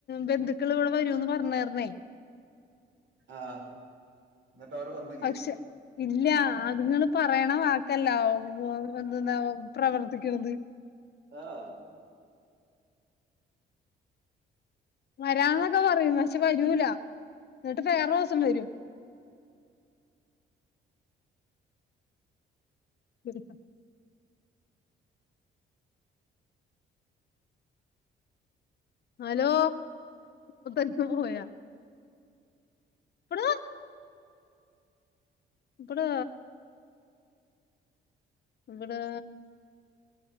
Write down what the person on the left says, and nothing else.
ബന്ധു മക്കൾ കൂടെ വരോന്ന് പറഞ്ഞായിര്ന്നേ
പക്ഷെ ഇല്ല അത്ങ്ങൾ പറയണ വാക്ക് <unintelligible> എന്തന്നാ പ്രവർത്തിക്കുന്നത്
വരാന്നൊക്കെ പറയും പക്ഷെ വരൂല എന്നിട്ട് വേറെ ദിവസം വരും ശരിയാ ഹലോ ഇപ്പ ഇത് പോയാ ഇപ്പടാ ഇപ്പടാ ഇവിടാ